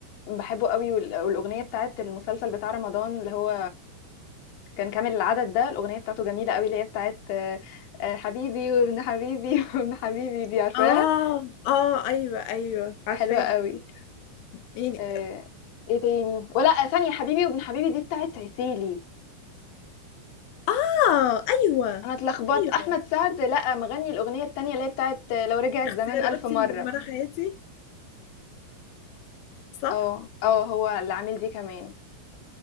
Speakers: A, on the left; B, on the left.
A: بحبه قوي وال- والاغنيه بتاعت المسلسل بتاع رمضان اللي هو كان كامل العدد ده الأغنية بتاعته جميلة قوي اللي هي بتاعت آه، آه، حبيبي وابن حبيبي <laughs> وابن حبيبي دي عارفاها
B: اه اه ايوه ايوه عارفاها
A: حلوة قوي
B: يعني
A: آه، ايه تاني ولا آه، ثانية حبيبي وابن حبيبي دي بتاعت عسيلي
B: اه ايوه
A: انا اتلخبطت
B: ايوه
A: احمد سعد لا مغني الأغنية التانية اللي هي بتاعت آه، لو رجع الزمان
B: اختياراتي
A: ألف مرة
B: مدمره حياتي صح
A: اه اه هو اللي عامل دي كمان